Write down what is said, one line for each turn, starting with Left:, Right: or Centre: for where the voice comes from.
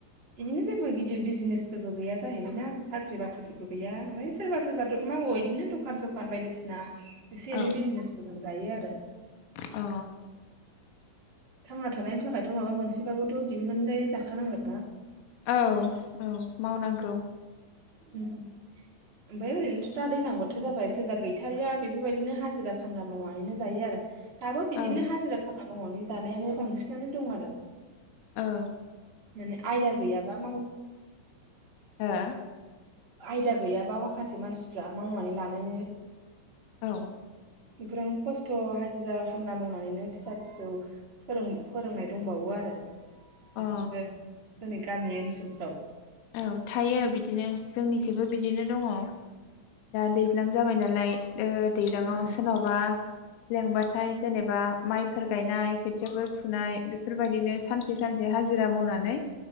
Right: बिदिनो जेबो गिदिर बिजनेसफोरबो गैया जाहैबाय ना साख्रि बाख्रिफोरबो गैया ओम सोरबा सोरबाथ' मावो बिदिनो दखान सख खान बायदिसिना एसे
Left: औ
Right: एनै बिजनेस फोरजों जायो आरो। दो।
Left: औ।
Right: थांना थानायनि थाखायथ' माबा मोनसेबाबोथ' दिहुननानैनानै लाखानांगोन। हो?
Left: औ औ मावनांगौ।
Right: उम उम ओमफ्राय ओरैनोथ' दा दैजलां बोथोर जाबाय सोरबा गैथारिया बेफोरबायदिनो हाजिरा खामला मावनानैनो जायो आरो। थाबो बिदिनो
Left: औ
Right: हाजिरा खोमा मावनानै जानायानो बांसिनानो दं आरो।
Left: औ।
Right: माने आयदा गैयाबा माव
Left: हा?
Right: आयदा गैयाबा माखासे मानसिफ्रा मावनानै लानो
Left: औ।
Right: बेफोरावनो खस्थ' हाजिरा खामला मावनानैनो फिसा फिसौ फोरों फोरोंनाय दंबावो आरो।
Left: अ
Right: दासिमबो जोंनि गामि ओनसोलफ्राव।
Left: औ थायो बिदिनो जोंनिखैबो बिदिनो दङ। दा दैज्लां जाबाय नालाय। ओ दैलांआव
Right: उम
Left: सोरनावबा लेंबाथाय जेनेबा माइफोर गायनाय खोथियाफोर फुनाय बेफोरबायदिनो सानसे सानसे हाजिरा मावनानै